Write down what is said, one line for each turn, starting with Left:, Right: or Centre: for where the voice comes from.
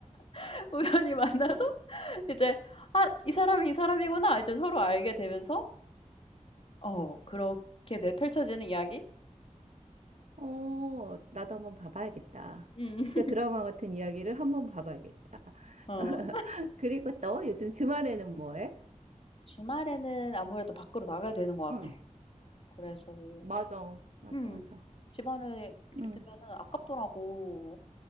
Left: <laughs> 우연히 만나서 이제 아, 이 사람이 이 사람이구나. 이제 서로 알게 되면서 어, 그렇게 돼- 펼쳐지는 이야기?
Right: 어,
Left: 음.
Right: 나도 한번 봐봐야겠다.
Left: <laughs>
Right: 진짜 드라마 같은 이야기를 한번 봐봐야겠다.
Left: 어.
Right: <laughs> 그리고 또 요즘 주말에는 뭐 해?
Left: 주말에는 아무래도 밖으로 나가야 되는 것
Right: 응,
Left: 같아. 그래서
Right: 맞아, 맞아,
Left: 음,
Right: 맞아.
Left: 집안에
Right: 응,
Left: 있으면은 아깝더라고.